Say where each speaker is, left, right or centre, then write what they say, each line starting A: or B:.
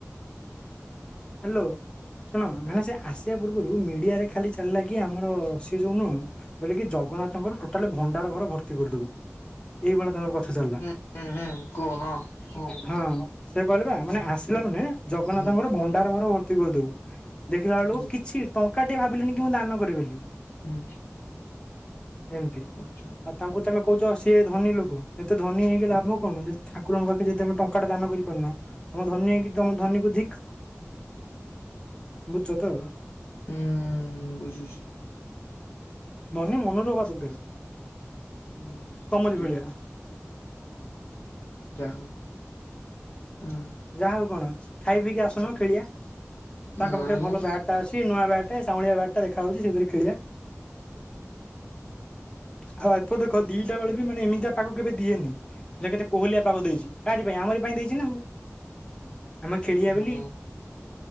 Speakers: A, on the left; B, on the left.
A: ହ୍ୟାଲୋ। ଶୁଣ ମାନେ ସେ ଆସିବା ପୂର୍ବରୁ ମିଡିଆରେ ଖାଲି ଚାଲିଲା କି ଆମର ସିଏ ଯୋଉ ନୁହଁ କହିଲେ କି ଜଗନ୍ନାଥଙ୍କର ଟୋଟାଲି ଭଣ୍ଡାର ଘର ଭର୍ତ୍ତି କରିଦବୁ। ଏଇଭଳିଆ ତାଙ୍କର କଥା ଚାଲିଲା।
B: ହୁଁ ହୁଁ ହୁଁ କୁହ ହଁ ହଁ
A: ହଁ। ସେ କହିଲେ ବା ମାନେ ଆସିଲା ମାନେ ଜଗନ୍ନାଥଙ୍କର
B: ହୁଁ
A: ଭଣ୍ଡାର ଘର ଭର୍ତ୍ତି କରିଦେବୁ। ଦେଖିଲା ବେଳକୁ
B: ହୁଁ
A: କିଛି ଟଙ୍କା ଟେ ଭାବିଲେନି କି ମୁଁ ଦାନ କରିବ ବୋଲି।
B: ହୁଁ।
A: ଏମିତି
B: ଆଚ୍ଛା।
A: ଅ ତାଙ୍କୁ ତମେ କହୁଛ ସିଏ ଧନୀ ଲୋକ ଏତେ ଧନୀ ହେଇକି ଲାଭ କଣ ଯଦି ଠାକୁରଙ୍କ ପାଖରେ ଯଦି ତମେ ଟଙ୍କା ଟା ଦାନ କରିପାରୁନ। ତମେ ଧନୀ ହେଇକି ତମ ଧନୀକୁୁ ଧିକ୍। ବୁଝୁଚ ତ।
B: ହୁଁ ବୁଝୁଛି।
A: ଧନୀ ମନରୁ ହେବା ଦରକାର।
B: ହଁ
A: ତମରି
B: ବୁଝିଲି
A: ଭଳିଆ
B: ହଁ ଯାହାହଉ। ହୁଁ।
A: ଯାହା ହଉ କଣ ଖାଇ ପିଇକି ଆସୁନ ଖେଳିବା ତାଙ୍କ
B: ନାଇଁ
A: ପାଖରେ ଭଲ ବ୍ୟାଟ ଅଛି ନୂଆ ବ୍ୟାଟ ସାଉଁଳିଆ ବ୍ୟାଟ୍ ଟା ଦେଖା ଯାଉଛି ସେଥିରେ ଖେଳିବା।
B: <inaudible>
A: ହଁ ଆକୁ ଦେଖ ଦିଟା ବେଳେ ବି ମାନେ ଏମିତିଆ ପାଗ କେବେ ଦିଏନି। ଦେଖ କେତେ କୋହଲିଆ ପାଗ ଦେଇଛି କାହାରି ପାଇଁ ଆମରି ପାଇଁ ଦେଇଛି ନା ଆଉ। ଆମେ ଖେଳିବା
B: ହଁ
A: ବୋଲି